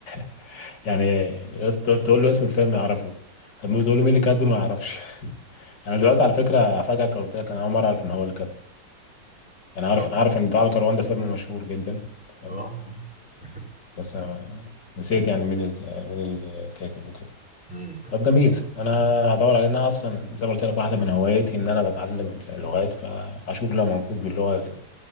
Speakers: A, on the left (about 70°); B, in the centre.
A: <laughs> يعني تقول له اسم الفيلم يعرفه طب ما تقول له مين اللي كاتبه ما يعرفش <laughs> انا دلوقتي على فكره هفاجئك لو قلت لك انا اول مره اعرف ان هو اللي كاتبه انا عارف
B: ده-
A: عارف ان دعاء الكروان ده فيلم مشهور جدا تمام
B: اه <laughs>
A: بس أنا نسيت يعني مين ال- مين ال- الكاتب وكده
B: مم.
A: طب جميل انا هدور عليه انا اصلا زي ما قلت لك واحده من هواياتي ان انا بتعلم اللغات فاشوف لو موجود باللغه